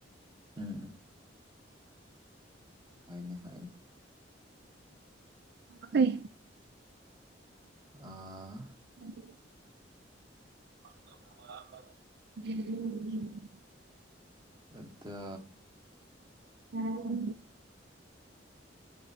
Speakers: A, on the right; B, on the right.
A: ꯎꯝ ꯍꯅꯦ ꯍꯅꯦ
B: ꯍꯣꯏ
A: ꯑꯥ
B: ꯑꯗꯨꯝ ꯎ
A: ꯑꯠꯇ
B: ꯑ ꯎ